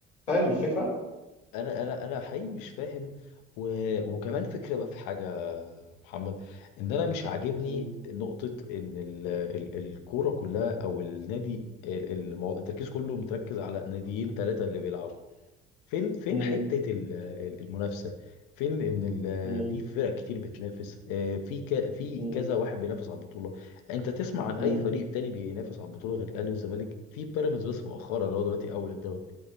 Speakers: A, on the left; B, on the left.
A: فاهم الفكره
B: انا انا انا حقيقي مش فاهم و... وكمان فكره بقى في حاجه محمد ان انا مش عاجبني
A: مم.
B: نقطه ان ال... ال... الكوره كلها او النادي ال- المو... التركيز كله متركز على ناديين ثلاثه اللي بيلعبوا فين فين
A: مم.
B: حته ال... ال- المنافسه فين ان ال...
A: مم.
B: في فرق كتير بتنافس آه، في ك... في
A: مم.
B: كذا واحد بينافس على البطوله انت تسمع عن
A: مم.
B: اي فريق تاني بينافس على البطوله غير الاهلي والزمالك في بيراميدز بس مؤخرا اللي هو دلوقتي اول الدوري